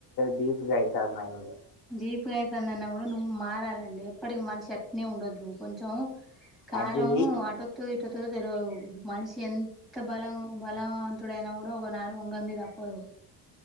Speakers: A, on the left; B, in the centre.
A: డిప్ గా అయితున్నాయి
B: డిప్ అయితా నువ్వు మారాలండి ఎప్పటికి మనిషి ఎట్నే ఉండదు కొంచం కాలం
A: అది
B: అటుతో ఇటుతో తెలిదు మనిషి ఎంత బలం బలవంతుడయినా కూడా ఒకనాడు వంగంది తప్పదు